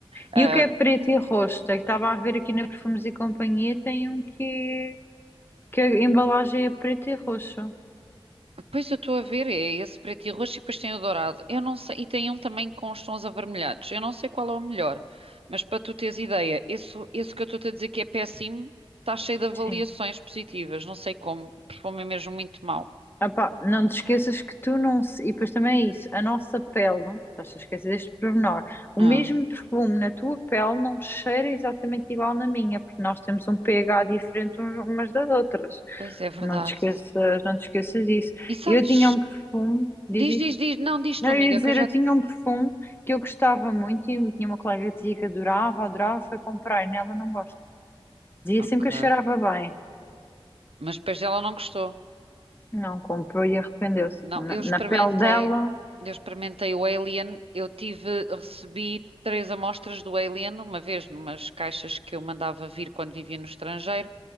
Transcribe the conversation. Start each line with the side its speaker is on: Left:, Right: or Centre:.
Right: Ah,
Left: E o que é preto e roxo? É que Estava a ver aqui na Perfumes e Companhia, tem um que, é- que a embalagem é preta e roxa.
Right: Pois eu estou a ver, é esse preto e roxo e depois tem o dourado. Eu não sei, e tem um também com os tons avermelhados. Eu não sei qual é o melhor, mas para tu teres ideia, esse, esse que eu estou-te a dizer que é péssimo, está cheio de avaliações
Left: Sim.
Right: positivas, não sei como, o perfume é mesmo muito mau.
Left: Ah pá, não te esqueças que tu não. se- E depois também é isso, a nossa pele, estás a esquecer deste pormenor, o
Right: Ah,
Left: mesmo perfume na tua pele não cheira exatamente igual na minha, porque nós temos um pH diferente uns- umas das outras.
Right: pois é verdade.
Left: Não te esqueças, não te esqueças disso.
Right: E sabes?
Left: Eu tinha um perfume, diz
Right: Diz,
Left: isto.
Right: diz, diz, não, diz
Left: Não,
Right: tu, amiga,
Left: eu ia dizer,
Right: que eu já.
Left: eu tinha um perfume que eu gostava muito e tinha uma colega que dizia que adorava, adorava, foi comprar e nela não gosto. Dizia
Right: Ok.
Left: sempre que eu cheirava bem.
Right: Mas depois ela não gostou.
Left: Não comprou e arrependeu-se.
Right: Não,
Left: Na,
Right: eu
Left: na
Right: experimentei,
Left: pele dela,
Right: eu experimentei o Alien, eu tive, recebi três amostras do Alien, uma vez numas caixas que eu mandava vir quando vivia no estrangeiro,